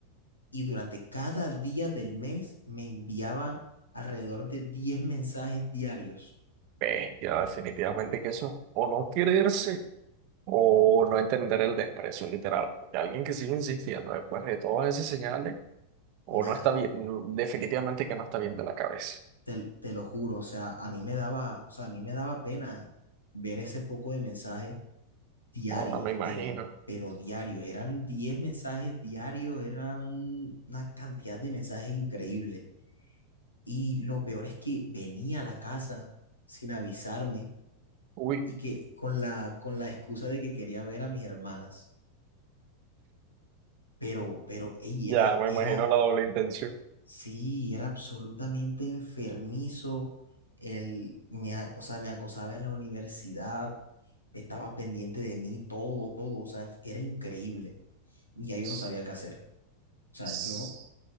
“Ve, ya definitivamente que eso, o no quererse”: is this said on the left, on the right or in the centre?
Right